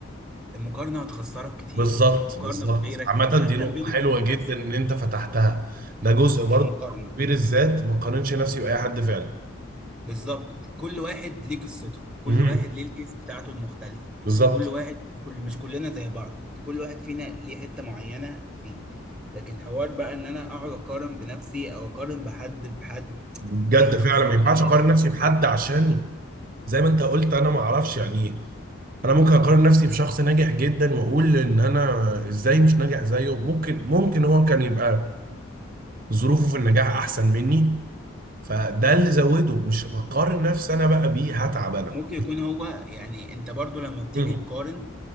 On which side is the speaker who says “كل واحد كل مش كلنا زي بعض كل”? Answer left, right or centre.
Centre